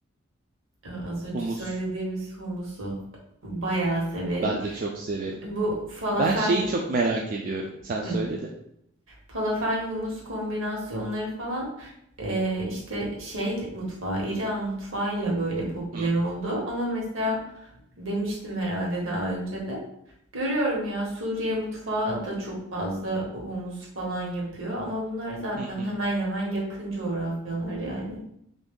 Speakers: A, on the right; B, on the right.
A: E, Az önce
B: Humus
A: söylediğimiz humusu bayağı severim.
B: ben de çok severim.
A: Bu falafel
B: Ben şeyi çok merak ediyorum. Sen
A: Hı.
B: söyle de.
A: falafel humus kombinasyonları falan eee, işte şey mutfağı İran mutfağıyla böyle popüler
B: Hı,
A: oldu. Ama mesela demiştim herhalde daha önce de. Görüyorum ya Suriye mutfağı da çok fazla humus falan yapıyor ama bunlar zaten
B: hı, hı.
A: hemen hemen yakın coğrafyalar yani.